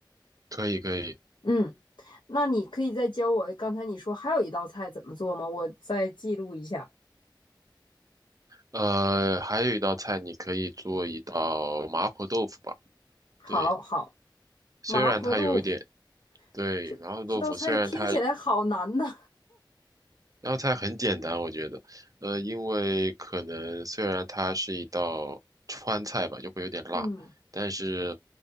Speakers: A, on the right; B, on the left.
A: 可以，可以。
B: 嗯，那你可以再教我。刚才你说还有一道菜怎么做吗？我再记录一下。
A: 呃，还有一道菜，你可以做一道麻婆豆腐吧。
B: 好好。
A: 对，虽然它有一点，
B: 麻婆豆腐，
A: 对，
B: 这这道菜听起来好难呐。
A: 麻婆豆腐虽然它那道菜很简单，我觉得，呃，因为可能虽然它是一道川菜吧，就会有点辣，
B: 嗯，
A: 但是